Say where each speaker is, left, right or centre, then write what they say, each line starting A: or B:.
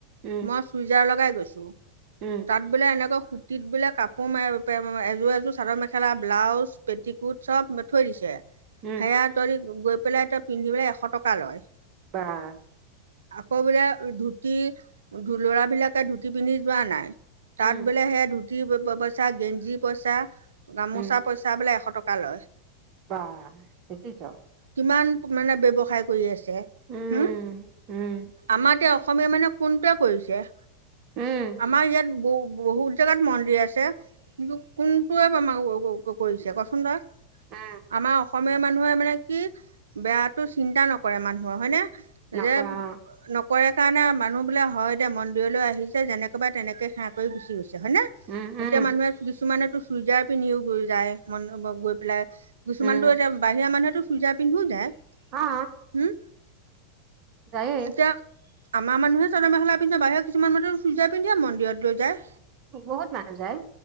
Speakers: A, on the right; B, on the right.
A: উম
B: মই চুইজাৰ লগাই গৈছো।
A: উম
B: তাত বোলে এনেকৈ সুতিত বোলে কাপোৰ এযোৰ এযোৰ চাদৰ মে খেলা ব্লাউজ পেটিকোট চব থৈ দিছে
A: উম,
B: সেয়াত গৈ পেলাই তই পিন্ধিলে এশ টকা লয়।
A: বাঃ
B: আকৌ বোলে ধুতি ল'ৰাবিলাকে ধুতি পিন্ধি যোৱা নাই তাত
A: উম,
B: বোলে সেয়া ধুতি পইচা গেঞ্জি পইচা গামোচা
A: উম,
B: পইচা চা বোলে এশ টকা লয়।
A: বা দেখিছ?
B: কিমান মানে ব্যৱসায় কৰি আছে?
A: উম।
B: হুম,
A: উম,
B: আমাৰ এতিয়া অসমীয়া মানে কোনটোৱে কৰিছে?
A: উম,
B: আমাৰ ইয়াত বহু বহুত জাগাত মন্দিৰ আছে কিন্তু কোনটোৱে টো আমাৰ ও ও ও কৰিছে কচোন তই?
A: আ।
B: আমাৰ অসমীয়া মানুহে মানে কি বেয়াটো চিন্তা নকৰে মানুহৰ হয়নে?
A: নকয়
B: যে
A: অ',
B: ন কৰে কাৰণে মানুহ বোলে হয় দে মন্দিৰলৈ আহিছে যেনেকৈ বা তেনেকৈ সেৱা কৰি গুচি গৈছে। চে হয় নে
A: উম, উম,
B: এতিয়া মানুহে কিছুমানেতো চুইজাৰ পিন্ধিও গৈ যায় মানুহ ঘ গৈ পেলাই কিছুমানতো
A: উম,
B: এতিয়া বাহিৰা মানুহেটো চুইজাৰ পিন্ধোও যায়।
A: অ
B: হুম
A: যায়েই।
B: এতিয়া আমাৰ মানুহে চাদৰ মেখেলা পিন্ধে বাহিৰৰ কিছুমান মানুহে চুইযাৰ পিন্ধিয়ে মন্দিৰত লৈ যায়।
A: হু বহুত মানুহ যায়।